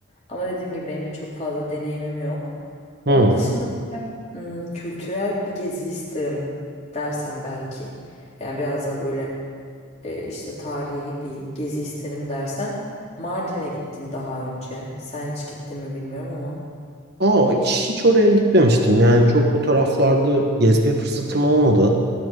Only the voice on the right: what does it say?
Hmm.
Aa, hiç, hiç oraya gitmemiştim. Yani çok o taraflarda gezme fırsatım olmadı.